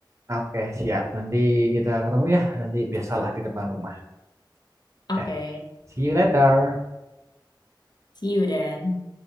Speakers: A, on the right; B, on the left.
A: Oke, siap. Nanti kita ketemu ya. Nanti biasalah di depan rumah.
B: Oke,
A: Dah, see you later.
B: See you Dan.